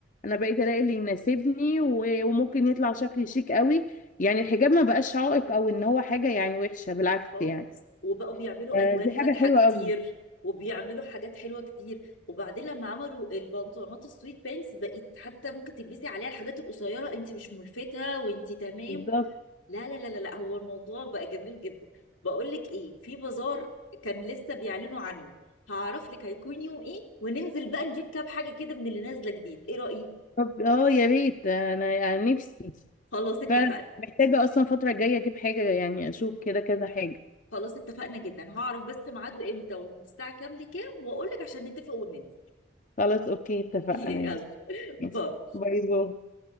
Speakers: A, on the left; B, on the left.
A: انا بقيت الاقي اللي يناسبني و- وممكن يطلع شكلي شيك قوي يعني الحجاب ما بقاش عائق او ان هو حاجه يعني وحشه بالعكس
B: خالص
A: يعني
B: وبقوا بيعملوا
A: آه،
B: الوان
A: دي
B: فاتحه
A: حاجه حلوه
B: كتير
A: قوي
B: وبيعملوا حاجات حلوه كتير وبعدين لما عملوا البنطلونات السويت بانس بقت حتى ممكن تلبسي عليها الحاجات القصيره انت مش ملفته وانت تمام
A: بالظبط
B: لا لا لا لا لا، هو الموضوع بقى جميل جدا بقول لك ايه في بازار كان لسه بيعلنوا عنه هعرف لك هيكون يوم ايه وننزل بقى نجيب كام حاجه كده من اللي نازله جديد ايه رايك
A: طب اه يا ريت انا يعني نفسي
B: خلاص اتفقنا
A: فعلا محتاجه اصلا الفتره الجايه اجيب حاجه يعني اشوف كده كذا حاجه
B: خلاص اتفقنا جدا هعرف بس ميعاده امتى ومن الساعه كام لكام واقول لك عشان نتفق وننزل
A: خلاص اوكي اتفقنا
B: <laughs> هي
A: ماشي
B: يلا
A: ماشي.
B: باي
A: باي باي